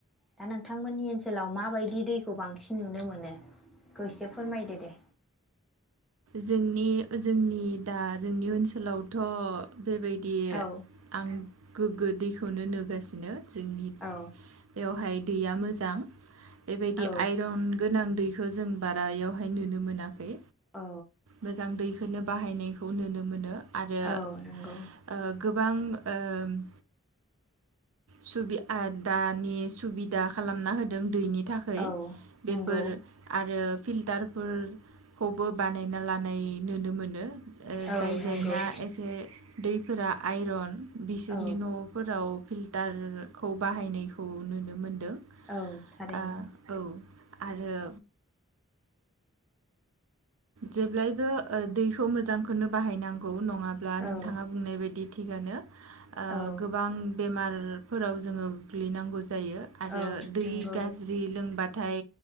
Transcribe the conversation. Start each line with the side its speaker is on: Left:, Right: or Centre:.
Centre: दा नोंथांमोननि ओन सोलाव मा बायदि दैखौ बांसिन नुनो मोनो इखो एसे फोरमायदो दे।
Right: जोंनि जोंनि दा जोंनि ओनसोलावथ' बेबायदि।
Centre: औ
Right: आं गोग्गो दैखौनो नोगासिनो जोंनि।
Centre: औ।
Right: बेवहाय दैया मोजां बेबायदि
Centre: औ
Right: आइरन गोनां दै खो जों बारा इयावहाय नुनो मोनाखै।
Centre: अ।
Right: मोजां दैखोनो बाहायनायखौ नुनो मोनो आरो।
Centre: औ
Right: ओ
Centre: नंगौ
Right: गोबां ओम। सुबिदा दानि सुबिदा खालामना होदों दैनि। थाखै
Centre: औ नंगौ
Right: बेफोरो। आरो फिल्टारफोर खौबो बानायना लानाय नोनो मोनो। मोनो ओ
Centre: औ
Right: जाय जायना
Centre: नंगौ
Right: एसे दैफोरा आइरन बिसोरनि
Centre: औ
Right: न'। फोराव फिल्टारखौ बाहायनायखौ नुनो मोनदों।
Centre: औ थारैनो।
Right: आ औ आरो। जेब्लायबो ओ दैखौ मोजांखोनो बाहायनांगौ नंङाब्ला
Centre: औ
Right: नोंथाङा बुंनाय बायदि। थिगानो ओ
Centre: औ
Right: गोबां बेमारफोराव जोङो। गोग्लैनांगौ जायो आरो
Centre: औ
Right: दै
Centre: नंगौ
Right: गाजि दै लोंबाथाय